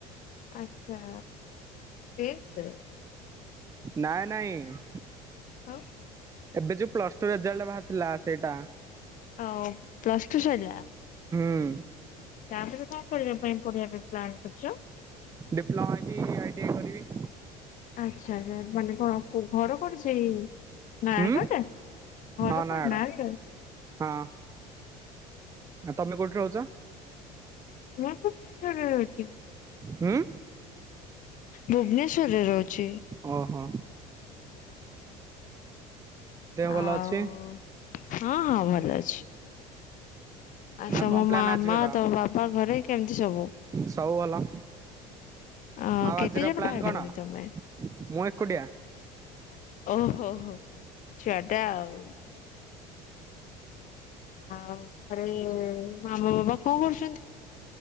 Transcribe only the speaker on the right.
ନାଇ ନାଇଁ‌।
ଏବେ ଯୋଉ ପ୍ଲସ୍ ଟୁ ରେଜେଲ୍ଟେ ଭାରିଥିଲା ସେଇଟା।
ହୁଁ।
ଡିପ୍ଲୋମା କି ଆଇ ଟି ଆଇ କରିବି।
ହୁଁ
ହଁ ନୟାଗଡ଼
ହଁ। ଆ ତମେ କୋଉଠି ରହୁଛ?
ହଁ
ଓ ହୋ ଭଲ
ଅଛି?
କଣ ପ୍ଲାନ୍
ଆଜିର?
ସବୁ ଭଲ।
ଆଉ
ଆଜିର
ପ୍ଲାନ
କଣ?
ମୁଁ ଏକୁଟିଆ।